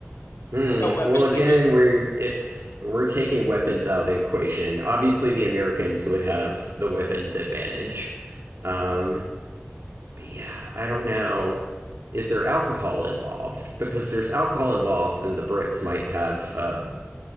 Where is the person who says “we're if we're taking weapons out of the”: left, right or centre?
Right